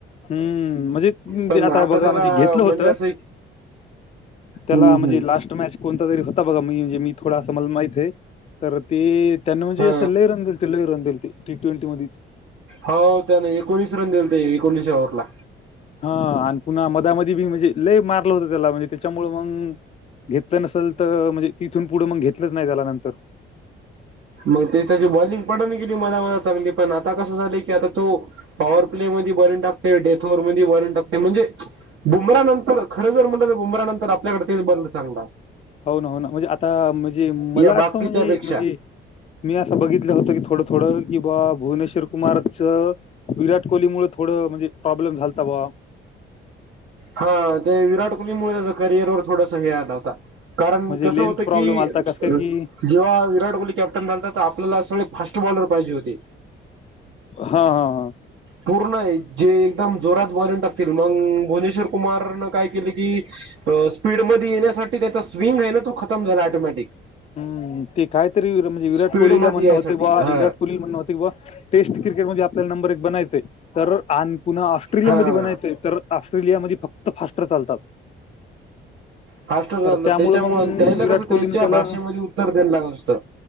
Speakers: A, on the left; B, on the right.
A: हम्म, म्हणजे तेनं
B: पण
A: आता बघा
B: त्याला
A: म्हणजे घेतलं
B: म्हणजे
A: होतं
B: असं एक
A: त्याला
B: हम्म
A: म्हणजे
B: हम्म
A: लास्ट मॅच कोणता तरी होता बघा, मी म्हणजे मी थोडा आसा मला माहितय तर ते त्यानं म्हणजे
B: हा
A: असं लई रन दिलते लई रन दिलते टी ट्वेंटी मध्यीच
B: हो त्याने एकोणीस रन दिलते. कोहली च्या ओव्हर ला.
A: हा, आणि पुन्हा मधामध्येध बी म्हणजे लय मारलं होतं त्याला म्हणजे,, त्याच्यामूळं मंग घेतलं नसेल तर, म्हणजे तिथून पुढं मग घेतलंच नाही त्याला नंतर.
B: मग ते त्याची बॉलिंग पडून गेली मधा मधा चांगली, पण आता कसं झालंय की आता तो पॉवर प्ले मध्ये बॉलिंग टाकते डेथोर मध्ये बॉलिंग टाकते म्हंजे बुमरा नंतर,, खरं जर म्हटलं बुमरानंतर आपल्याकडे तेच बांदा चांगला हाय.
A: हो ना हो ना म्हणजे आता म्हणजे मला
B: या बाकीच्या
A: असं म्हणजे
B: पेक्षा
A: म्हणजे मी असं बघितलं होतं की थोडं थोडं की बा भुवनेश्वर कुमारचं विराट कोहलीमुळे थोडं म्हणजे प्रॉब्लेम झालता बुवा,
B: हा ते विराट कोहलीमुळे त्याच करिअर वर थोडासा हे आला होता. कारण
A: म्हणजे
B: कसं
A: लेंथ
B: होतं
A: प्रॉब्लेम
B: की
A: आलता
B: अं..
A: कस काय की
B: जेव्हा विराट कोहली कॅप्टन झालत तर आपल्याला सगळे फास्ट बॉलर पाहिजे होते.
A: हा हा हा
B: पूर्ण आहे जे एकदम जोरात बॉलिंग टाकतील मग भुवनेश्वर कुमार न काय केलं की, स्पीडमध्येध्ये येण्यासाठी त्याचा स्विंग आहे ना तो खतम झाला ऑटोमॅटिक.
A: हम्म ते कायतरी म्हणजे विराट
B: स्पीडमध्ये
A: कोहलीला म्हणणं
B: यायसाठी
A: होते बा
B: हा
A: विराट कोहलीला म्हणं होतते बुवा, टेस्ट क्रिकेट मध्ये आपल्याला नंबर एक बनायचय तर आणि पुन्हा ऑस्ट्रेलियामध्ये
B: हा
A: बनाय तर ऑस्ट्रेलियामध्ये फक्त फास्ट चालतात.
B: फास्टर
A: तर
B: झालं
A: त्यामुळं
B: त्याच्यामुळं
A: मग
B: त्याला
A: विराट
B: कसं
A: कोहलीने
B: त्याच्या
A: त्याला,
B: भाषेमध्ये उत्तर द्यायला लागत होतं.